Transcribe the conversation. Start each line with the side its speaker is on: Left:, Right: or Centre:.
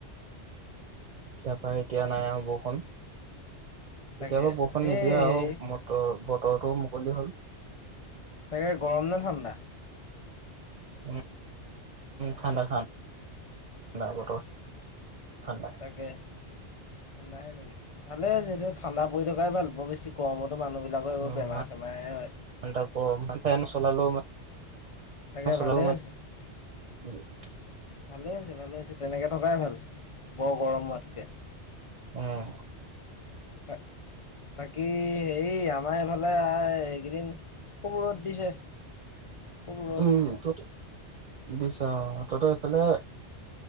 Right: তাপা এতিয়া নাই আও বৰষুণ।
Left: তাকে
Right: কেতিয়াবা বৰষুণ নিদিয়ে
Left: এই
Right: আউ
Left: হেৰি
Right: মটৰ বতৰটো মুকলি হ'ল।
Left: তাকে গৰম নে ঠাণ্ডা?
Right: উম ঠাণ্ডা ঠা ণ্ডা বতৰ। ঠাণ্ডা
Left: তাকে ঠাণ্ডাহে নেকি। ভালে হৈছে ডিউক ঠাণ্ডা পৰি থকাই ভাল। বৰ বেছি গৰমত মানুহিলাকৰ এইবোৰ
Right: ইমান
Left: বেমাৰ চেমাৰে হয়।
Right: ঠাণ্ডা গৰম ফেন চলালেও <unintelligible>
Left: তাকে ভালে হৈছে ভালে হৈছে ভালে হৈছে। তেনেকে থকাই ভাল। বৰ গৰম হোৱাতকে।
Right: উম।
Left: এ। বাকী হেই আমাৰ এইফালে এইকেইদিন খুব ৰদ দিছে। খুব ৰ'দ
Right: উম ত দিছে অ তত এইফালে